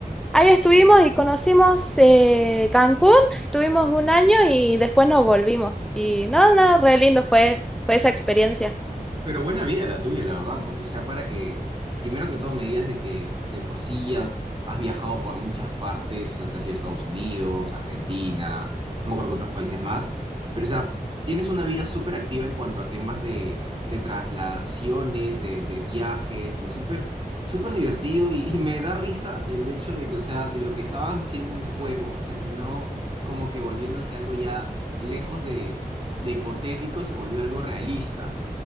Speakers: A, in the centre; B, on the right.
A: ahí estuvimos y conocimos eh, Cancún, estuvimos un año y después nos volvimos. Y no, no, re lindo fue, fue esa experiencia.
B: Pero buena vida la tuya, la verdad, porque, o sea, para que, primero que todo, me digas de que de por sí has, has viajado por muchas partes, o sea, te has ido a Estados Unidos, Argentina, no me acuerdo que otros países más, pero, o sea, tienes una vida súper activa en cuanto a temas de, de traslaciones, de, de viajes, y es súper, súper divertido, y, y me da risa el hecho de que, o sea, de lo que estaban siendo un juego, terminó como que volviéndose algo ya lejos de de hipotético, se volvió algo realista